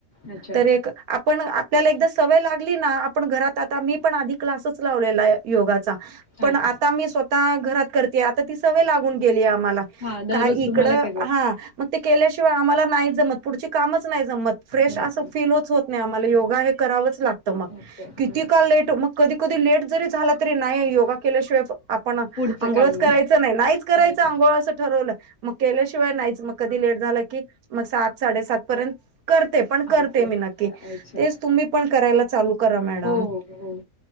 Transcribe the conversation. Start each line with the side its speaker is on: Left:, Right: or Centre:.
Left: अच्छा
Right: तर एक आपण आपल्याला एकदा सवय लागली ना आपण घरात आता मी पण आधी क्लासच लावलेला आहे योगाचा
Left: अच्छा
Right: पण आता मी स्वतः घरात करते आता ती सवय लागून गेली आहे आम्हाला
Left: हा दररोज
Right: काय इकडं
Left: तुम्हाला काय
Right: हा मग ते केल्याशिवाय आम्हाला नाहीच जमत पुढची कामच नाही. जमत फ्रेश
Left: जमत
Right: असं
Left: नाही
Right: फीलच होत. नाही आम्हाला योगा हे करावच लागत मग
Left: अच्छा
Right: किती
Left: अच्छा
Right: काल लेटग कधी कधी लेट जरी झाला तरी नाही योगा केल्याशिवाय पण आंघोळच
Left: पुढचं काम
Right: करायचं नाही नाहीच करायचं
Left: अच्छा
Right: आंघोळ असं ठरवलं मग केल्याशिवाय नाहीच मग कधी लेट झालं की मग सात साडेसात पर्यंत करते पण करते
Left: अच्छा
Right: मी नक्की
Left: अच्छा
Right: तेच तुम्ही पण करायला चालू करा मॅडम
Left: हो हो हो